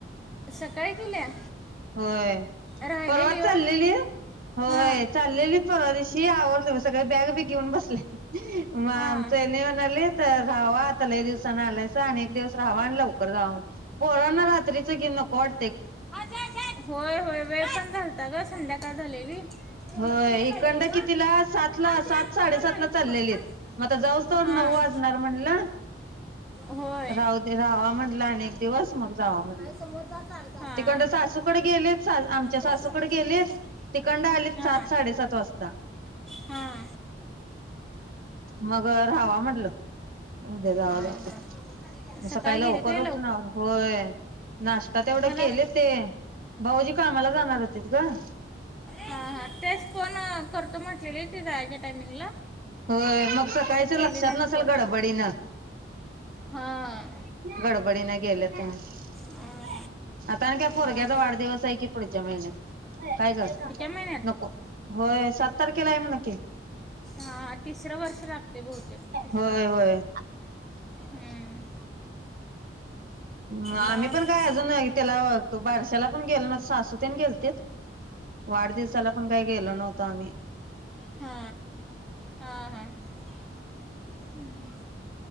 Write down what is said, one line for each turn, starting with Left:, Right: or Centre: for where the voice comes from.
Centre: सकाळी गेल्या.
Right: होय
Centre: राहिलेली
Right: परवा
Centre: हो
Right: चाललेली होय
Centre: हां
Right: चाललेली परवा दिव ती आवर् बघ सगळ बॅग बी घेऊन बसल्या. म आमचं
Centre: हां
Right: हेणी म्हणालेत. तर राहावा आता लय दिवसानं आलासा आणि एक दिवस राहावा आणि लवकर जावा म्हटलं पोरना रात्रीच घेवून नको वाट
Centre: <inaudible> होय होय वेळ पण झालता गं संध्याकाळ झालेली. तोंडातून
Right: होय
Centre: हे पाहिजे
Right: इकंड
Centre: का बोल
Right: कितीला सात ला
Centre: हा तेच
Right: सात
Centre: तोंडाला
Right: साडेसात
Centre: लागेल
Right: ला
Centre: ते
Right: चालेलीत
Centre: बोल हाच
Right: मग आता जाऊ तवर
Centre: हां
Right: नऊ वाजणार म्हटलं
Centre: होय
Right: राहू दे रावा म्हणलं. अनेक दिवस मग जाव म्हटलं
Centre: आई समोर जा चालत हां
Right: तिकंड सासूकड गेलीत आमच्या
Centre: जा
Right: सासूकड
Centre: समोर
Right: गेलित
Centre: समोर समोर
Right: तिकंड आलीत
Centre: हां
Right: सात साडेसात वाजता
Centre: हां
Right: मग राहावा म्हटलं उद्या जाव
Centre: हां
Right: लवकर
Centre: हां
Right: सकाळी लवकर
Centre: गेले ते
Right: उठुन होय नाश्ता तेवढं
Centre: मला
Right: केल ते भाऊजी कामाला जाणार होते गं.
Centre: हां तेच फोन करतो म्हटलेली ती जायाच्या टायमिंगला
Right: होय मग सकाळच
Centre: कुठे केले
Right: लक्षात
Centre: नाहीत
Right: नसेल
Centre: फोन
Right: गडबडीनं
Centre: हां.
Right: गडबडीन <inaudible>
Centre: हां
Right: आता आणि काय पोरग्याचा
Centre: मग
Right: वाढदिवस आहे कि पुढच्या महिन्यात काय गं.
Centre: पुढच्या महिन्यात
Right: नको होय सात तारखेला आहे मन कीे
Centre: हां तिसरं वर्ष लागते बहुतेक तिसरं
Right: होय होय.
Centre: हम्म.
Right: मं आम्ही
Centre: मग
Right: पण काय अजून त्याला बारशाला पण गेलो नसं सासूतेन गेलतीत. वाढदिवसाला पण काय गेल नव्ह ता मी.
Centre: हा हा हा हम्म.